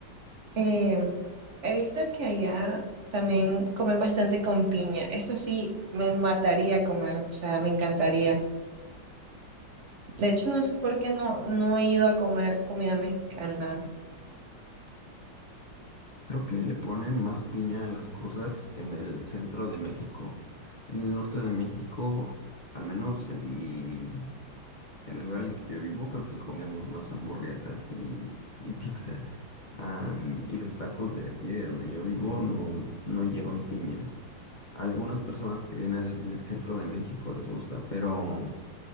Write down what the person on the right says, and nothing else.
Em, he visto que allá también comen bastante con piña. Eso sí, me mataría comer, o sea, me encantaría. De hecho, no sé por qué no, no he ido a comer comida mexicana.